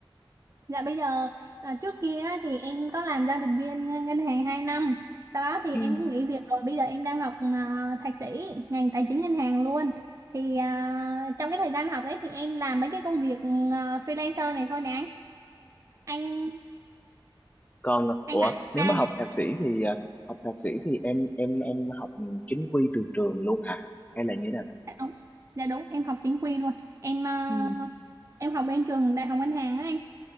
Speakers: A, on the right (about 40°); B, on the left (about 20°).
A: Dạ bây giờ à, trước kia á, thì em có làm giao dịch viên ngân hàng 2 năm. Sau đó thì
B: Ừ.
A: em cũng nghỉ việc rồi. Bây giờ em đang học à, thạc sĩ ngành tài chính ngân hàng luôn. Thì à, trong cái thời gian học đấy thì em làm mấy cái công việc ừ, à, freelancer này thôi nè anh. Anh
B: Còn
A: anh
B: ủa,
A: Hải
B: nếu
A: à,
B: mà học
A: dạ
B: thạc sĩ thì ờ, học thạc sĩ thì em em em học chính quy từ trường luôn hả? Hay là như thế nào?
A: dạ đúng. Dạ đúng, em học chính quy luôn. Em à,
B: Ừ.
A: em học bên trường Đại học Ngân hàng á anh.